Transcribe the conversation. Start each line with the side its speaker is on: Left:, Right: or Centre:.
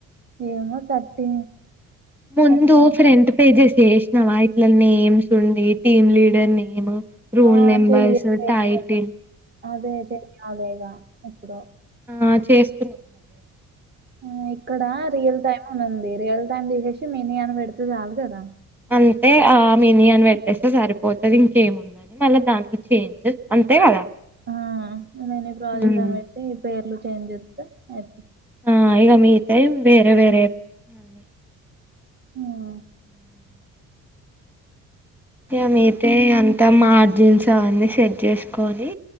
Right: ఏమో థర్టీ
Centre: ముందు
Right: థర్టీ
Centre: ఫ్రెంట్ పేజెస్ ఏసీ ఇట్ల నేమ్స్ ఉంది టీమ్ లీడర్ నేమ్ రోల్నంబర్స్
Right: ఆ చెయ్యలే
Centre: టైటిల్
Right: అదే చెయ్యాలే ఇగ ఇప్పుడు
Centre: ఆ చేస్తున్నాను
Right: ఆ ఇక్కడ రియల్ టైమ్ ఉంది రియల్ టైమ్ తీసేసి మిని అని పెడితే చాలు కదా
Centre: అంటే ఆ మిని అని పెట్టేస్తే సరిపోతుంది ఇంకేముందని మళ్ళీ దానికి చేంజ్ అంతే కదా
Right: ఆ నేను ఈ ప్రాజెక్ట్
Centre: హ్మ్.
Right: కని పెట్టి పేర్లు చేంజ్ చేస్తా అయి
Centre: ఆ ఇకా మీతే వేరే వేరేన్న
Right: అవును
Centre: ఇగ మీయితే ఎంత మ జీన్స్ అవన్నీ సెట్ చేసుకొని